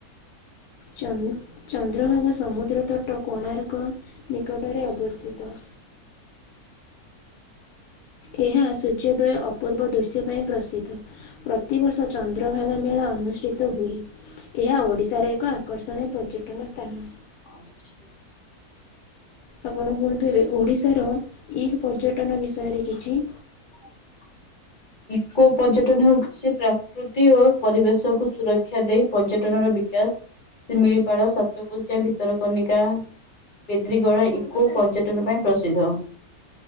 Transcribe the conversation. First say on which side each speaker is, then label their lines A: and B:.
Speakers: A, on the left (about 80°); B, on the left (about 40°).
A: ଚନ୍ଦ୍ରଭାଗା ସମୁଦ୍ର ତଟ କୋଣାର୍କ ନିକଟରେ ଅବସ୍ଥିତ। ଏହା ସୂର୍ଯ୍ୟୋଦୟ ଅପୂର୍ବ ଦୃଶ୍ୟ ପାଇଁ ପ୍ରସିଦ୍ଧ। ପ୍ରତିବର୍ଷ ଚନ୍ଦ୍ରଭାଗା ମେଳା ଅନୁଷ୍ଠିତ ହୁଏ ଏହା ଓଡ଼ିଶାର ଏକ ଆକର୍ଷଣୀୟ ପର୍ଯ୍ୟଟନ ସ୍ଥାନ।
B: ଆ ଛି
A: ଆପଣ କୁହନ୍ତୁ ଏବେ ଓଡିଶାର ଇଗ ପର୍ଯ୍ୟଟନ ବିଷୟରେ କିଛି
B: <inaudible> ଇକୋ ପର୍ଯ୍ୟଟନ ହଉଛି ପ୍ରାକୃତି ଓ ପରିବେଶକୁ ସୁରକ୍ଷା ଦେଇ ପର୍ଯ୍ୟଟନର ବିକାଶ ଶିମିଳିପାଳ ସାତ କୋଶିଆ ଭିତର କନିକା ପେଦ୍ରିଗଡ଼ ଇକୋ ପର୍ଯ୍ୟଟନ ପାଇଁ ପ୍ରସିଦ୍ଧ।